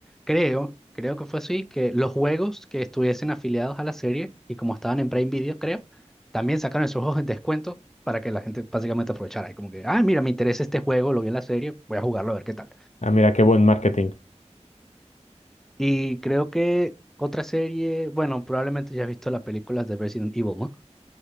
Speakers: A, in the centre; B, on the left.
A: creo, creo que fue así, que los juegos que estuviesen afiliados a la serie y como estaban en Prime Video, creo, también sacaron esos juegos en descuento para que la gente básicamente aprovechara. Y como que, ah, mira, me interesa este juego, lo vi en la serie, voy a jugarlo a ver qué tal.
B: Ah, mira, qué buen marketing.
A: Y creo que otra serie, bueno, probablemente ya has visto las películas de Resident Evil, ¿no?